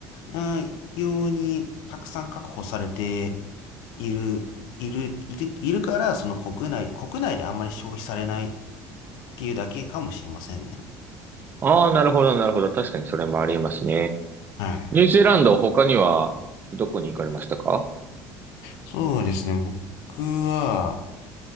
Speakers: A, on the left (about 75°); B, on the right (about 30°).
A: うん、用にたくさん確保されている、いる、いる、いるから、その国内、国内であんまり消費されないっていうだけかもしれませんね。
B: ああー、なるほど、なるほど。確かにそれもありえますね。
A: はい。
B: ニュージーランド、他にはどこに行かれましたか
A: そうですね。僕は、